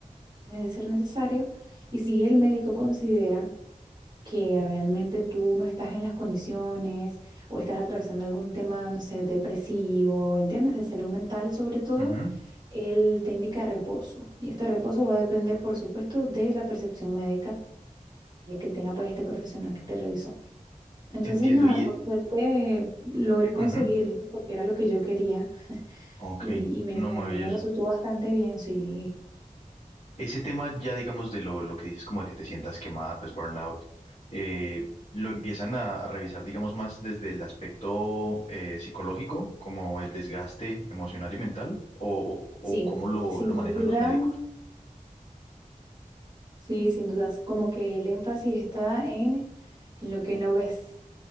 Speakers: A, on the right; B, on the left.
A: de ser necesario. Y si el médico considera que realmente tú no estás en las condiciones o estás atravesando algún tema, no sé, depresivo, ¿entiendes? De salud mental sobre todo,
B: ujú.
A: él te indica reposo. Y este reposo va a depender, por supuesto, de la percepción médica que que tenga pues este profesional que te revisó. Entonces,
B: Entiendo.
A: nada,
B: Y,
A: por suerte logré conseguirlo,
B: ujú,
A: porque era lo que yo quería
B: Ok,
A: y, y me,
B: no,
A: me
B: maravilloso.
A: me resultó bastante bien, sí.
B: Ese tema ya, digamos, de lo, lo que dices, como de que te sientas quemada, pues burnout, eh, lo empiezan a, a revisar, digamos, más desde el aspecto eh, psicológico, como el desgaste emocional y mental, o, o, o
A: Sí.
B: cómo lo,
A: Sin
B: lo manejan
A: duda,
B: los médicos.
A: Sí, sin dudas. Como que el énfasis está en, en lo que no ves,